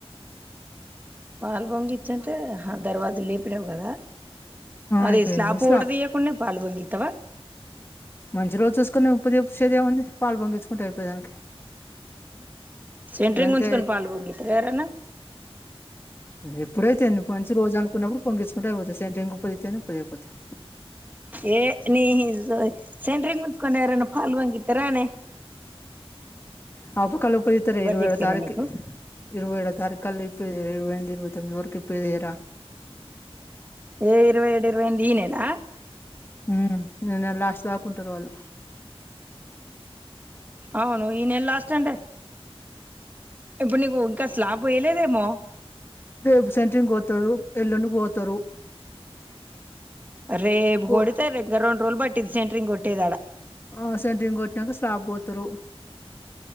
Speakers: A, on the right; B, on the left.
A: పాలు పొంగిచ్చుంటే దరవాజ లేపు డవు కదా అదే
B: అయిపోయింది
A: స్లాప్
B: స్లాబ్
A: ఊడదియా కున్న పాలు పొంగి తవా
B: మంచి రోజు చూసుకొని ఉప్పు చేసేది ఏముంది పాలు పొంగించ్చుకుంటే అయిపోయేదానికి
A: సెంట్రింగ్
B: గంతే
A: ముంచకొని పాల్ పొంగిస్తారా యరనా అ
B: ఎప్పుడైతేంది మంచి రోజాను ఉన్నప్పుడు పొంగించుకుంటయి పోతది సంట్ రింగ్ పదితేయి పది అయిపోతయి
A: ఏ న సెంట్రింగ్ ఉంచకనేవారనా ఫాల్ వంగితారనేే
B: ఆప కల్ ఉపదీతారు ఇరవ
A: చెప్పిర్రు
B: ఏళ తారీఖు
A: నీకు
B: ఇరువ ఏళ్ళ తారీఖ అల్ ఇప్పుద ఇంద ఇరు తవఊకి ఇప్పుిదయరా
A: ఏ ఇరవై ఏడు ఇరవైంద ఈనెలా
B: హమ్ మేనెల లాస్ట్ తాకుంటారు వాళ్ళు
A: అవును ఈనెల లాస్ట్ అంటే ఇప్పుడు నీకు ఇంకా స్లాబ్ వేయలేదేమో
B: రేపు సెంటరింగ్ కోతారు ఎల్లుండి పోతారు
A: రేపు
B: పో
A: గోడితే రింగ రెండురోజుల్ బట్టి ఇది సెంటరింగ్ కొటేది అడా
B: ఆ సెంటరింగ్ కోట్టినాక స్లాబ్ పోతారు